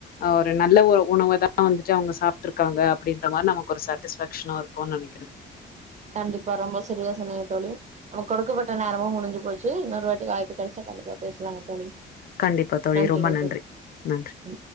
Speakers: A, on the left; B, on the right.
A: அ ஒரு நல்ல ஒரு உணவதா வந்துட்டு அவங்க சாப்ட்ருக்காங்க அப்படின்ற மாரி நமக்கு ஒரு சாட்டிஸ்ப்பேக்ஷனு இருக்கும்னு நெனைக்கிறே
B: கண்டிப்பா ரொம்ப சரியா சொன்னிங்க தோழி நமக்கு குடுக்கப்பட்ட நேரமும் முடிஞ்சு போச்சு இன்னொரு வாட்டி வாய்ப்பு கெடைச்சா கண்டிப்பா பேசலாங்க தோழி
A: கண்டிப்பா தோழி
B: நன்றிங்க
A: ரொம்ப நன்றி
B: தோழி
A: நன்றி
B: ம்